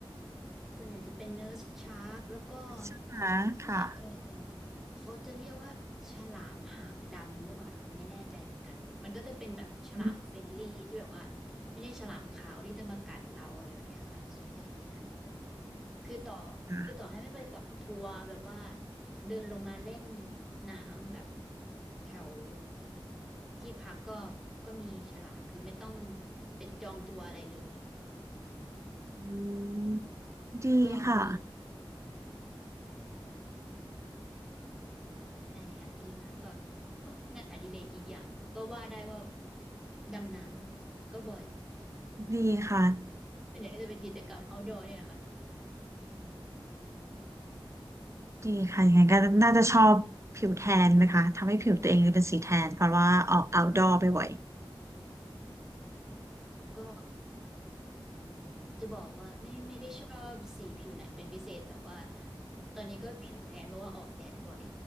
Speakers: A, in the centre; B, on the right.
A: ส่วนใหญ่จะเป็นเนิร์สชาร์กแล้วก็
B: ใช่ไหมค่ะ
A: ไม่เออเขาจะเรียกว่าฉลามหางดำหรือเปล่าคะไม่แน่ใจเหมือนกันมันก็จะเป็นแบบฉลามเฟรนลี่ที่แบบว่าไม่ใช่ฉลามขาวที่จะมากัดเราอะไรแบบเนี้ยค่ะส่วนใหญ่ที่นั่น
B: อืม
A: คือต่อคือต่อให้ไม่ไปกับทัวร์แบบว่า
B: ค่ะ
A: เดินลงมาเล่นน้ำแบบแถวที่พักก็ก็มีฉลามคือไม่ต้องไปจองทัวร์อะไรเลย
B: อืมดีค่ะ
A: แล้วก็มี ใช่แฮปปี้มากก็โอ้งานอดิเรกอีกอย่างก็ว่าได้ว่าดำน้ำก็บ่อย
B: ดีค่ะ
A: เป็นใหญ่างก็จะเป็นกิจกรรม outdoor เนี่ยแหละค่ะ
B: ดีค่ะ ยังไงก็น่าจะชอบผิวแทนไหมคะ ทำให้ผิวตัวเองเป็นสีแทนเพราะว่าออก outdoor ไปบ่อย
A: ก็จะบอกว่าไม่ไม่ได้ชอบสีผิวไหนเป็นพิเศษแต่ว่าตอนนี้ก็ผิวแทนเพราะว่าออกแดดบ่อย